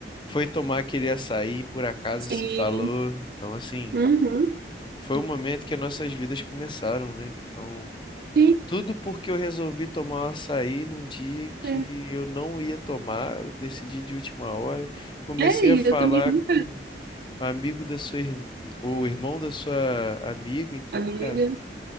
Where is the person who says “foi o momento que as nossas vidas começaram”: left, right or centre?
Left